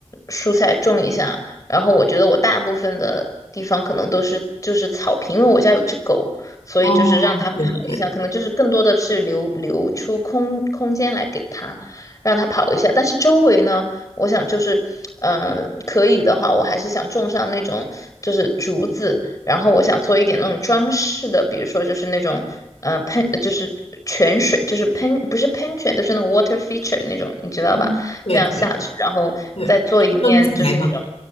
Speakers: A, on the left; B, on the left.
A: 蔬菜种一下，然后我觉得我大部分的地方可能都是就是草坪，因为我家有只狗。所以就是让它跑一下，
B: 哦，可以可以，
A: 可能就是更多的是留留出空空间来给它。让它跑一下。但是周围呢，我想就是，呃，可以的话，我还是想种上那种就是竹子，然后我想做一点那种装饰的，比如说就是那种，呃，喷就是泉水，就是喷不是喷泉，就是那种 water feature 那种，你知道吧？
B: 嗯，对可以，
A: 这样下去，然后再做一面就是那种。
B: 对，身材嘛，